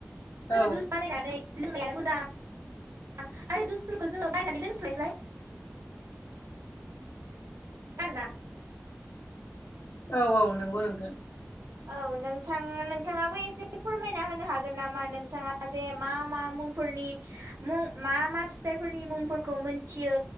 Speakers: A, on the left; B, on the right.
A: औ
B: जुस बानायनानै लोंनायानो मोजां आरो जुसफोरखौ जोङो बायनानै लोंस्लाय फ्राय <inaudible>
A: औ औ नंगौ नोंथां।
B: औ नोंथां नोंथाङाबो एसे फोरमायना होनो हागोन नामा नोंथाङा जे मा मा मुंफोरनि मु मा मा फिथाफोरनि मुंफोरखौ मोनथियो